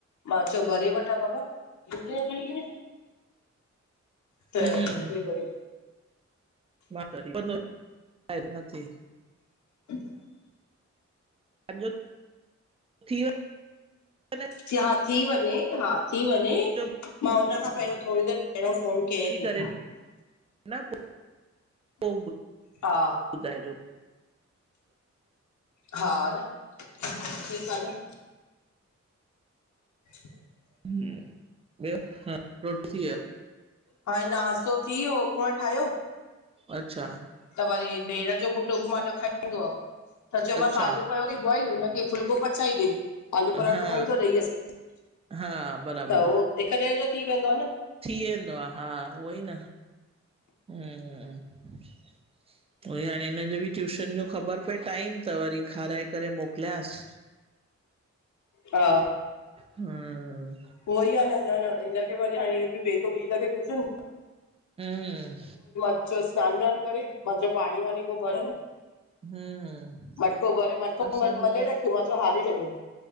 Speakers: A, on the left; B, on the right.
A: मां चयो, भरे वठां बाबा <unintelligible> त, हिन
B: हम्म
A: जे करे
B: मां त वरी, <unintelligible> नथी
A: <inaudible>
B: अॼो त, थी वियो <unintelligible> न
A: सिहा थी वञे, हा, थी वञे
B: सॼो
A: मां हुन खां पेहरियों, थोड़ी देर पेहरियों फोन
B: भरिजी
A: केयांएं पी
B: करे न पो, पो,
A: हा
B: ॿुधाएॼो <unintelligible>
A: हा न, ठीक आ न छ <unintelligible>
B: हम्म, ॿियो, हा, रोटी थी वियव?
A: हाए, नाास्तो थी वियो, उपमा ठाहियो।
B: अच्छा।
A: त वरी भेंणं जो पुट उपमा न खाईंदो आह, त चयोमास
B: अच्छा
A: आलू पयो तई बाइल, हुनंखे फुलक पो पचाई ॾे, आलू पराठो
B: हा
A: खाईंदो ॾहीअ सां,
B: हा बराबरि
A: त होह हिकु ॾींह जो थी वेंदो आह न
B: थी वेंदो आह हा, उहो ई न हम्म, त उइ हाणे हिन जो ॿि ट्यूशन जो ख़बर पए टांइम, त वरी खाराए करे मोकलयांस्।
A: हा।
B: हम्म
A: उओइ आ न, न न हिनखे वरी हाणे इयो ॿी वेंदो ॿी लॻे ट्यूशन।
B: हम्म
A: चोस्, सिनान- विनान करे, मां चयो पाणीं वाणीं पो भरनि
B: हम्म
A: मटको भरे मटको
B: असांखे
A: मथे मले रखियो, मां चयो हारे रख्यनि